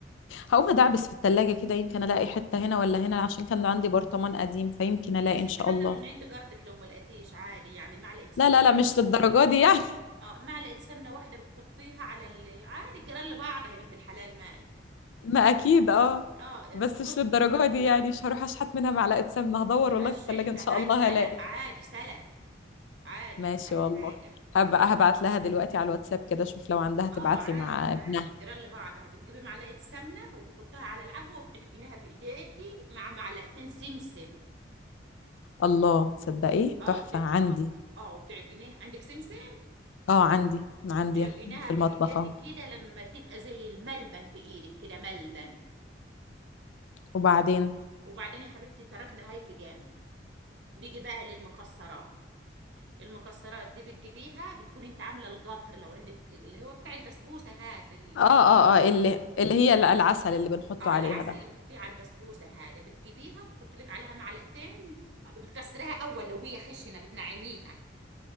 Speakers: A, on the left (about 85°); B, on the right (about 70°).
A: هقوم ادعبس في التلاجة كده يمكن الاقي حتة هنا ولا
B: مم.
A: هنا عشان كان عندي برطمان قديم فيمكن
B: يا
A: الاقي
B: ستي
A: ان شاء
B: حتى
A: الله
B: لو من عند جارتك لو ما لقيتيش عادي يعني معلقة سمنة
A: لا لا لا مش للدرجة دي يعني
B: اه معلقة سمنة واحدة بتحطيها على ال... عادي الجيران لبعضها يا بنت الحلال مالك
A: <laughs> ما اكيد اه
B: اه
A: بس
B: بتحط
A: مش للدرجة دي يعني مش هروح اشحت منها معلقة سمنة هدور
B: ملهاش
A: والله في التلاجة
B: ريحة
A: ان شاء
B: هاي
A: الله
B: سلف
A: هلاقي
B: عادي سلف عادي
A: ماشي
B: ما فيهاش
A: والله
B: حاجة
A: هبقى هبعت لها دلوقتي على الواتساب كده اشوف لو عندها تبعت
B: اه عادي
A: لي مع
B: عادي
A: ابنها
B: جيران لبعضها بتجيبي معلقة سمنة وبتحطها على العجوة وبتعجنيها بإيديكي مع معلقتين سمسم
A: الله تصدقي
B: اه
A: تحفة
B: وت...
A: اه عندي
B: اه وتعجنيها عندك سمسم
A: اه عندي عندي
B: تعجنيها
A: في
B: بإيديكي
A: المطبخ اهو
B: كده لما تبقى زي الملبن في إيدك كده ملبن
A: وبعدين
B: وبعدين يا حبيبتي تركنا هاي في جنب نيجي بقى للمكسرات المكسرات دي بتجيبيها بتكون انت عامله القطر لو عندك اللي هو بتاع البسبوسه هذا القطر
A: اه اه
B: اللي
A: اه اللي اللي هي العسل اللي بنحطه
B: اه
A: عليها
B: العسل
A: ده
B: اللي بتحطيه على البسبوسه هذا بتجيبيها وبتحطي لك عليها معلقتين آه، بتكسريها اول لو هي خشنه بتنعميها